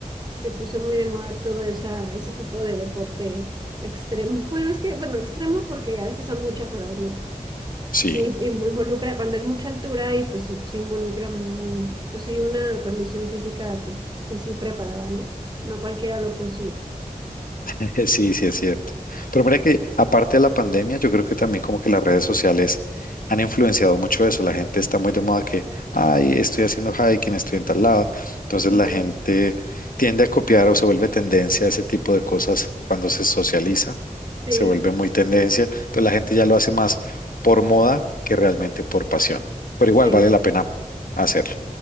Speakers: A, on the right; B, on the left.
A: se puso muy de moda todo esa, ese tipo de deporte extremo. <laughs> Bueno, es que, bueno, extremo porque a veces son muchas horas, ¿no?
B: sí.
A: Y, y involucra, cuando es mucha altura y pues sí, pues sí involucra, mm, pues sí, una condición física que pues sí preparada, ¿no? No cualquiera lo puede subir.
B: <laughs> Sí, sí, es cierto. Pero mira que aparte de la pandemia, yo creo que también como que las redes sociales han influenciado mucho eso. La gente está muy de moda que, ay, estoy haciendo hiking, estoy en tal lado. Entonces
A: Ajá.
B: la gente tiende a copiar o se vuelve tendencia a ese tipo de cosas cuando se socializa,
A: Sí,
B: se vuelve muy tendencia. Entonces la gente ya lo hace más por moda que realmente por pasión. Pero
A: sí,
B: igual vale la pena hacerlo.